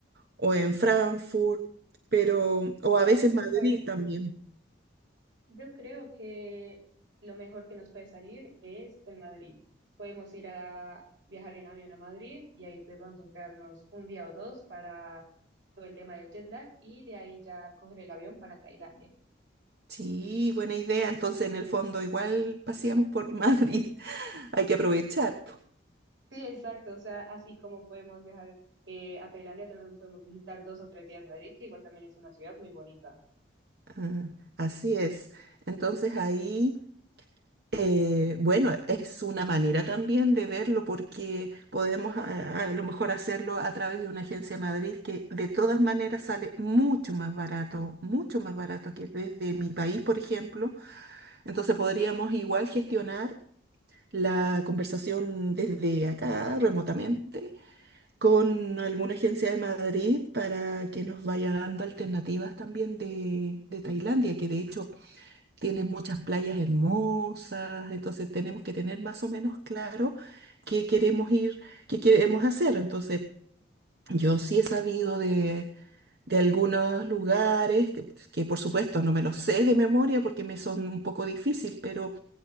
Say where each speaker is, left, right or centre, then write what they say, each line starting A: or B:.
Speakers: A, on the right (about 60°); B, on the right (about 85°).
A: o en Frankfurt, pero, o
B: Tal
A: a veces Madrid
B: te pare?
A: también.
B: Yo creo que lo mejor que nos puede salir es en Madrid. Podemos ir a viajar en avión a Madrid y ahí de pronto quedarnos un día o dos para todo el tema del jet lag y de ahí ya coger el avión para Tailandia.
A: Sí, buena idea. Entonces, en el fondo, igual paseamos por Madrid. <laughs> Hay que aprovechar. po.
B: Sí, exacto. O sea, así como podemos viajar eh, a Tailandia, también podemos visitar dos o tres días Madrid, que igual también es una ciudad muy bonita.
A: Ah, así es. Entonces, ahí, eh, bueno, es una manera también de verlo porque podemos a, a lo mejor hacerlo a través de una agencia Madrid que de todas maneras sale mucho más barato, mucho más barato que desde mi país, por ejemplo. Entonces, podríamos igual gestionar la conversación desde acá remotamente con alguna agencia de Madrid para que nos vaya dando alternativas también de, de Tailandia, que de hecho tiene muchas playas hermosas, entonces tenemos que tener más o menos claro qué queremos ir, qué queremos hacer. Entonces, yo sí he sabido de, de algunos lugares, que, que por supuesto no me los sé de memoria porque me son un poco difícil, pero,